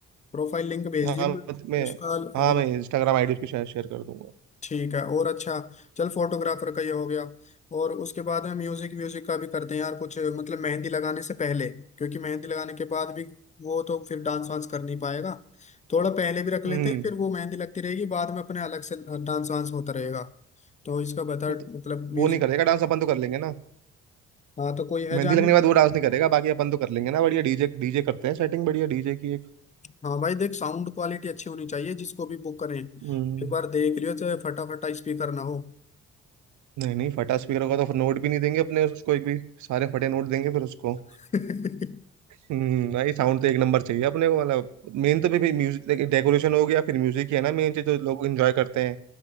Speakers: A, on the left; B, on the right.
A: प्रोफाइल लिंक भेज
B: हाँ
A: दियो
B: मैं
A: मैं
B: मैं-
A: उसका
B: हाँ
A: हाँ
B: मैं इंस्टाग्राम आईडी उसकी शेयर शेयर कर दूंगा
A: ठीक है और अच्छा चल फोटोग्राफर का ये हो गया और उसके बाद में म्यूजिक व्यूजिक का भी करते हैं यार कुछ मतलब मेहंदी लगाने से पहले क्योंकि मेहंदी लगाने के बाद भी वो तो फिर डांस वांस कर नहीं पाएगा थोड़ा पहले भी रख लेते
B: हम्म
A: हैं फिर वो मेहंदी लगती रहेगी बाद में अपने अलग से डांस वांस होता रहेगा तो इसका बता
B: तो
A: मतलब
B: वो
A: म्यूजिक
B: नहीं करेगा डांस अपन तो कर लेंगे ना
A: हाँ तो कोई है
B: मेहंदी
A: जाने
B: लगने के बाद वो डांस नहीं करेगा बाकी अपन तो कर लेंगे ना बढ़िया डीजे डीजे करते हैं सेटिंग बढ़िया डीजे की एक
A: हाँ भाई देख साउंड क्वालिटी अच्छी होनी चाहिए जिसको भी बुक करें एक
B: हम्म,
A: बार देख लियो चाहे फटाफटा स्पीकर ना हो
B: नहीं नहीं फटा स्पीकर होगा तो फिर नोट भी नहीं देंगे अपने उसको एक भी सारे फटे नोट देंगे फिर उसको
A: <laughs>
B: हम्म भाई साउंड तो एक नंबर चाहिए अपने को मतलब मेन तो भी म्यूजिक डेकोरेशन हो गया फिर म्यूजिक ही है ना मेन चीज जो लोग एंजॉय करते हैं